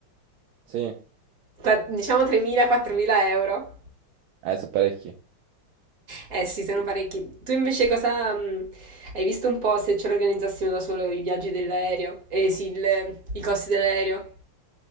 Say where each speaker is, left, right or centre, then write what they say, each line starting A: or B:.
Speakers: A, on the right; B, on the right.
A: Sì,
B: Qua- Diciamo 3.000-4.000 euro.
A: adesso parecchi.
B: Eh sì, sono parecchi. Tu invece cosa mh, hai visto un po' se ce l'organizzassimo da solo i viaggi dell'aereo? Eh sì, il- i costi dell'aereo.